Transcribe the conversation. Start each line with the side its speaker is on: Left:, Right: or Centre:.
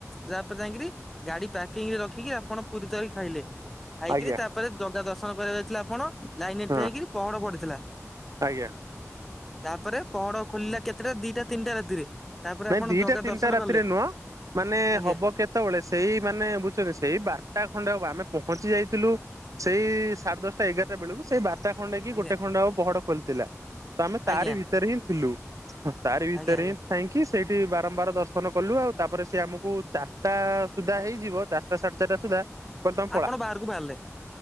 Centre: ଯାପରେ ଯାଇକିରି ଗାଡି ପାର୍କିଂ ରେ ରଖିକି ଆପଣ ପୁରୀ ତକାରି ଖାଇଲେ ଖାଇକିରି
Right: ଆଜ୍ଞା
Centre: ତାପରେ ଜଗା ଦର୍ଶନ କରିବାକୁ ଯାଇଥିଲେ ଆପଣ ଲାଇନରେ
Right: ହଁ
Centre: ଠିଆ ହେଇକିରି ପହଣ ପଡିଥିଲା।
Right: ଆଜ୍ଞା
Centre: ତାପରେ ପହଡ ଖୋଲିଲା କେତେଟା ଦିଟା ତିନିଟା ରାତିରେ। ତାପରେ
Right: ନାଇଁ
Centre: ଆପଣ
Right: ଦିଟା
Centre: ଜଗା
Right: ତିନିଟା
Centre: ଦର୍ଶନ
Right: ରାତିରେ
Centre: କଲେ
Right: ନୁହଁ ମାନେ
Centre: ଆଜ୍ଞା
Right: ହବ କେତେ ସେତେବେଳେ ସେଇ ମାନେ ବୁଝୁଛନ୍ତି ସେଇ ବାରଟା ଖଣ୍ଡେ ଆମେ ପହଞ୍ଚି ଯାଇଥିଲୁ ସେଇ ସାଢେ ଦଶଟା ଏଗାରଟା ବେଳକୁ ସେଇ ବା ଟା ଖଣ୍ଡେ କି
Centre: ଆଜ୍ଞା
Right: ଗୋଟେ ଖଣ୍ଡ ହବ ପହଡ ଖୋଲିଥିଲା ତ ଆମେ ତାରି
Centre: ଆଜ୍ଞା
Right: ଭିତରେ ହିଁ ଥିଲୁ। ତା ରି ଭିତରେ
Centre: ଆଜ୍ଞା ଆଜ୍ଞା
Right: ହିଁ ଥାଇ ରଖି ସେଇଠି ବାରମ୍ବାର ଦର୍ଶନ କଲୁ ଆଉ ତାପରେ ସେ ଆମକୁ ଚାରିଟା ସୁଦ୍ଧା ହେଇଯିବ ଚାରିଟା ସାଢ଼େ ଚାରିଟା ସୁଦ୍ଧା କହିଲ ତମ ପଳା
Centre: ଆପଣ ବାହାରକୁ ବାହାରିଲେ